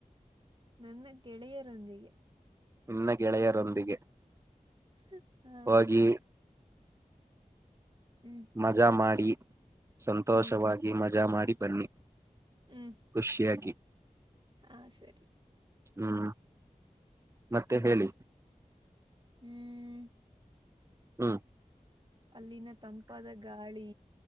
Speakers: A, on the right (about 35°); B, on the right (about 20°).
A: ನನ್ನ ಗೆಳೆಯರೊಂದಿಗೆ
B: ಇನ್ನ ಗೆಳೆಯರೊಂದಿಗೆ
A: ಹ್ಮ
B: ಹೋಗಿ
A: ಹ್ಮ್
B: ಮಜಾ ಮಾಡಿ ಸಂತೋಷವಾಗಿ
A: ಹ್ಮ್
B: ಮಜಾ ಮಾಡಿ ಬನ್ನಿ
A: ಹ್ಮ್
B: ಖುಷಿಯಾಗಿ
A: ಹಾ ಸರಿ
B: ಹ್ಮ್ ಮತ್ತೆ ಹೇಳಿ
A: ಹ್ಮ್
B: ಹ್ಮ್
A: ಅಲ್ಲಿನ ತಂಪಾದ ಗಾಳಿ